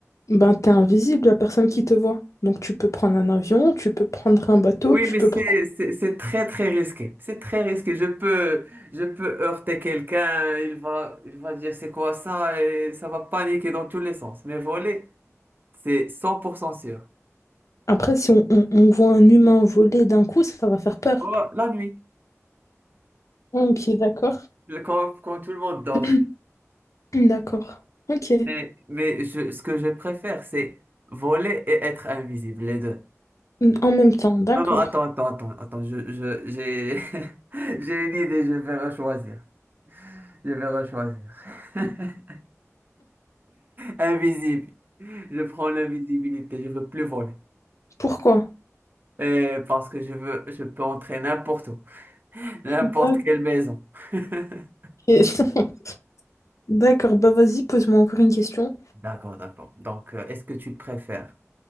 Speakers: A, on the left (about 75°); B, on the right (about 40°).
A: Ben, t'es invisible, la personne qui te voit. Donc tu peux prendre un avion, tu peux prendre un bateau,
B: Oui,
A: tu
B: mais
A: peux
B: c'est
A: prendre
B: c'est- c'est très très risqué. C'est très risqué. Je peux je peux heurter quelqu'un, il va il va dire c'est quoi ça et ça va paniquer dans tous les sens. Mais voler, c'est 100% sûr.
A: Après, si on, on- on voit un humain voler d'un coup, ça va faire peur.
B: Oh, la nuit,
A: Ok, d'accord.
B: le- quand, quand tout le monde dort.
A: <clears throat> D'accord. Ok.
B: Mais mais je, ce que je préfère, c'est voler et être invisible, les deux.
A: En même temps, d'accord.
B: Non non, attends attends attends attends, je je j'ai <laughs> j'ai une idée, je vais rechoisir. Je vais rechoisir. <laughs> Invisible. Je prends l'invisibilité, je veux plus voler.
A: Pourquoi?
B: Euh, parce que je veux, je peux entrer n'importe où, <laughs>
A: Ok.
B: n'importe quelle maison. <laughs>
A: <laughs> D'accord, bah vas-y, pose-moi encore une question.
B: D'accord, d'accord. Donc, euh, est-ce que tu préfères